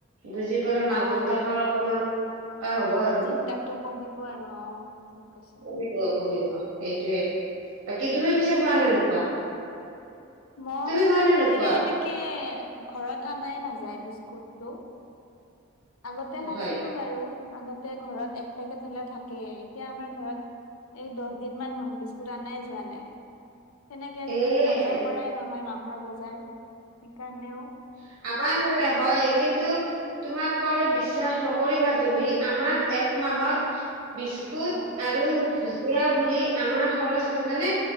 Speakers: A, on the right; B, on the left.
A: বুজি পালে
B: অ',
A: মাক দেউতাকৰ অকমান সকাহ হব আৰু
B: চিন্তাটো কমিব আৰু অ ঠিক কৈছে।
A: কমিব কমিব এইটোৱে বাকী তুমি পিছে খোৱা নে নোখোৱা
B: মইয়ো
A: তুমি খোৱা নে
B: আজিকালি
A: নোখোৱা
B: তেনেকে ঘৰত আনাই নাযায় বিস্কুটটো আগতে খাইছিলো
A: হয়
B: বাৰু আগতে ঘৰত এক পেকেট হলে থাকে এতিয়া আমাৰ ঘৰত এই দহ দিন মান হল বিস্কুট আনাই যোৱা নাই তেনেকে
A: এ
B: আজিকালি বজাৰ কৰাই নহয় মাহৰ বজাৰ সেইকাৰণেও
A: <inaudible> আমাৰ হয় কিন্তু তোমাক ক'লে বিশ্বাস নকৰিবা তুমি আমাৰ এক মাহত বিস্কুট
B: হয়
A: আৰু ভুজিয়া বুলি আমাৰ খৰচ হৈছে মানে